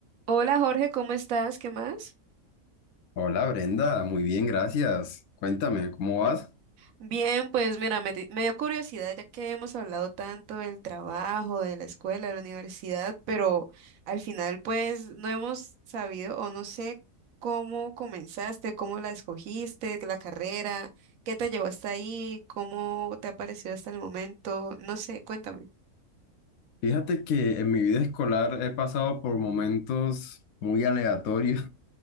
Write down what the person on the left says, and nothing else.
Hola Brenda, muy bien, gracias. Cuéntame, ¿cómo vas?
Fíjate que en mi vida escolar he pasado por momentos muy aleatorios